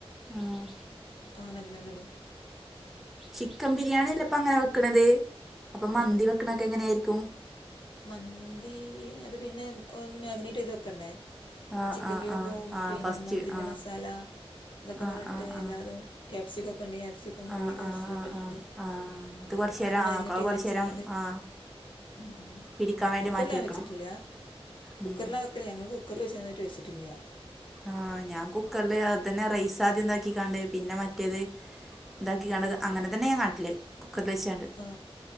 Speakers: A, in the centre; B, on the left.
A: ആഹ്
B: അങ്ങനെ തിലാണ്ടള്ളും
A: ചിക്കൻ ബിരിയാണി അല്ല ഇപ്പ അങ്ങനെ വെക്കണത് അപ്പ മന്തി
B: ആ
A: വെക്കണത്തക്കേ എങ്ങനെ ആയിരിക്കും
B: മന്തി അത് പിന്നെ ഒന്ന് മാഗ്നേറ്റ് ചെയ്യത് വെക്കണ്ടേ
A: ആഹ്
B: ചിക്കൻ
A: ആഹ്
B: ക്യുബും
A: ആഹ് ആഹ്
B: പിന്നെ
A: ഫസ്റ്റ്
B: മന്തിന്റെ
A: ആഹ്
B: മസാല ഇതൊക്കെ
A: ആഹ്
B: പറട്ട
A: ആഹ് ആഹ്
B: എല്ലാതും ക്യാപ്സിക്കാം ഒക്കെ ഒണ്ട് ക്യാപ്സിക്കോ
A: ആഹ്
B: ഉള്ളിയൊക്കെ
A: ആഹ്
B: മുറിച്ചിട്ട്
A: ആഹ്
B: കൊണ്ട്
A: ആഹ് ആഹ് കുറച്ച് നേരം
B: അത് മാഗ്നേറ്റ്
A: ആഹ്
B: ചെയ്യത്
A: കുറച്ച്
B: വെച്ച്
A: നേരം
B: കൊണ്ട്
A: ആഹ്
B: ഉം ഉം
A: പിടിക്കാൻ വേണ്ടി
B: കുക്കറിൽ
A: മാറ്റി
B: ഞാൻ
A: വെക്കണം
B: വെച്ചിട്ടില്ല
A: ഉം
B: കുക്കറില വെക്കല് ഞങ്ങള് കുക്കറിൽ വെച്ച് നന്നായിട്ട് വെച്ചിട്ടില്ല
A: ആഹ് ഞാൻ കുക്കറില് അത്തന്നെ റൈസ് ആദ്യം എന്താക്കി കൊണ്ട് പിന്നെ മറ്റേത് ഇതാക്കി കണ്ട അങ്ങനെ തന്നെ ഞാൻ നാട്ടില് കുക്കറിൽ വെച്ചാണ്ട്
B: ആ